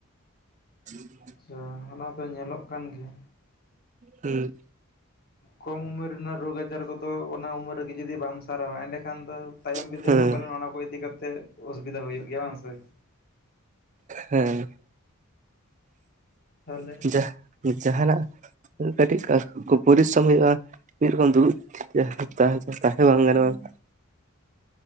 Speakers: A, on the right; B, on the left.
A: <unintelligible>
B: ᱟᱪᱪᱷᱟ ᱦᱟᱱᱟ ᱫᱚ ᱧᱮᱞᱚᱜ ᱠᱟᱱ ᱜᱮᱭᱟ᱾
A: ᱦᱮᱸ᱾
B: ᱠᱚᱢ ᱩᱢᱮᱨ ᱨᱮᱱᱟᱜ ᱨᱳᱜᱽ ᱟᱡᱟᱨ ᱠᱚᱫᱚ ᱚᱱᱟ ᱩᱢᱮᱨ ᱨᱮᱜᱮ ᱡᱩᱫᱤ ᱵᱟᱢ ᱥᱟᱨᱟᱣᱟ ᱮᱸᱰᱮ ᱠᱷᱟᱱ ᱫᱚ ᱛᱟᱭᱚᱢ ᱵᱤᱫᱟᱹᱞ
A: ᱦᱮᱸ
B: ᱦᱚᱸ ᱯᱟᱞᱮᱱ ᱚᱱᱟ ᱠᱚ ᱤᱫᱤ ᱠᱟᱛᱮ ᱚᱥᱩᱵᱤᱫᱟ ᱦᱩᱭᱩᱜ ᱜᱮᱭᱟ ᱵᱟᱝ ᱥᱮ᱾
A: ᱦᱮᱸ
B: ᱛᱟᱦᱚᱞᱮ
A: ᱡᱟᱦ-ᱼ ᱡᱟᱦᱟᱱᱟᱜ ᱠᱟᱹᱴᱤᱡ ᱠᱟ ᱯᱚᱨᱤᱥᱨᱚᱢ ᱦᱩᱭᱩᱜᱼᱟ᱾ ᱢᱤᱫ ᱨᱚᱠᱚᱢ ᱫᱩᱲᱩᱵ ᱛᱟ-ᱛᱟᱦᱮᱸ ᱵᱟᱝ ᱜᱟᱱᱚᱜᱼᱟ᱾